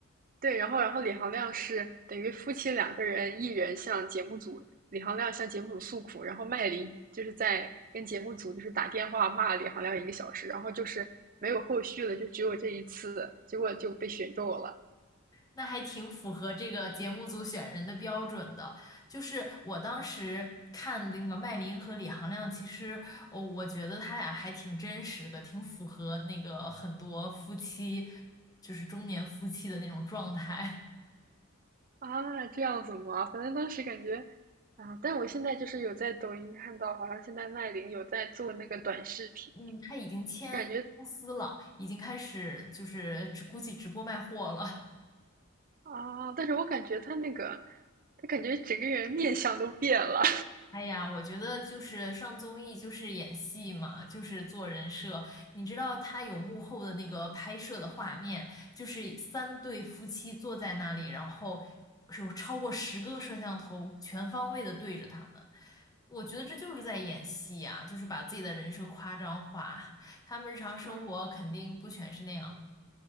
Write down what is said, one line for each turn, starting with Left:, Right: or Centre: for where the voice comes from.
Right: 对，然后然后李行亮是等于夫妻两个人，一人向节目组，李行亮向节目组诉苦，然后麦黎就是在跟节目组就是打电话骂李行亮一个小时，然后就是没有后续了，就只有这一次，结果就被选中了
Left: 那还挺符合这个节目组选人的标准的。就是我当时看那个麦琳和李行亮，其实哦，我觉得他俩还挺真实的，挺符合那个很多夫妻，就是中年夫妻的那种状态。<laughs>
Right: 啊，这样子吗？反正当时感觉啊，但我现在就是有在抖音看到，好像现在麦琳有在做那个短视频，
Left: 嗯，他已经签公司了，
Right: 就感觉
Left: 已经开始就是直估计直播卖货了。
Right: 啊，但是我感觉她那个，她感觉整个人面相都变了，
Left: 哎呀，我觉得就是上综艺就是演戏嘛，就是做人设。你知道他有幕后的那个拍摄的画面，就是三对夫妻坐在那里，然后是有超过十个摄像头全方位的对着他们。我觉得这就是在演戏呀，就是把自己的人设夸张化。他们日常生活肯定不全是那样的。
Right: <laughs> 嗯。